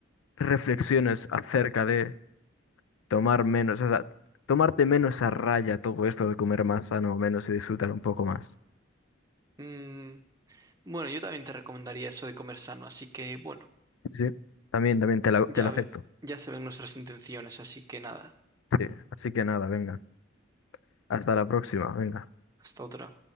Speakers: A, on the left; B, on the right.
A: reflexiones acerca de tomar menos, o sea, tomarte menos a raya todo esto de comer más sano, menos y disfrutar un poco más.
B: mm, bueno, yo también te recomendaría eso de comer sano, así que, bueno,
A: Sí, sí. También, también te la,
B: ya,
A: te la acepto.
B: ve- ya se ven nuestras intenciones, así que nada,
A: Sí, así que nada, venga. Hasta la próxima, venga.
B: hasta otra.